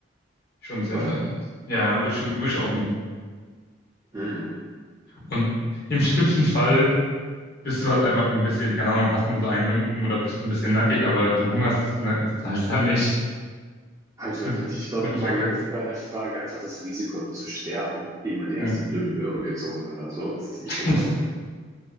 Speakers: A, on the left (about 55°); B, on the right (about 15°).
A: Schon sehr
B: Oder?
A: nice. Ja, würde ich schon, würde ich auch nehmen.
B: Mm.
A: Und im schlimmsten Fall bist du halt einfach ein bisschen, keine Ahnung, hast nur so einen Lumpen oder bist ein bisschen nackig, aber du hungerst ne, ist halt dann nicht,
B: Halt wirklich.
A: wenn du,
B: Ich glaube,
A: wenn du
B: man
A: verkackst.
B: bei der Frage einfach das Risiko zu sterben, ehe man die
A: Ja.
B: erste blöde Möhre gezogen hat oder so, ist ziemlich
A: <laughs>
B: hoch.